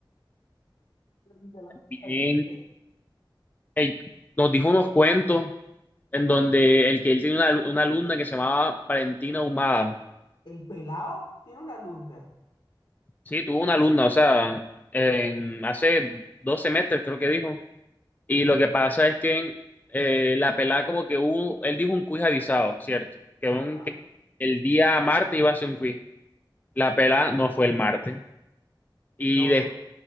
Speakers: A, on the left; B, on the left.
A: de la
B: Y
A: calle, ¿qué?
B: él nos dijo unos cuentos en donde el que él tenía una, una alumna que se llamaba Valentina Humada.
A: El pelado tiene una alumna.
B: Sí, tuvo una alumna, o sea, en, hace dos semestres creo que dijo. Y lo que pasa es que eh, la pelada como que hubo, él dijo un quiz avisado, ¿cierto? Que,
A: Ajá,
B: un, que el día martes iba a ser un quiz. La pelada no fue el martes. Y
A: no
B: de-
A: fue.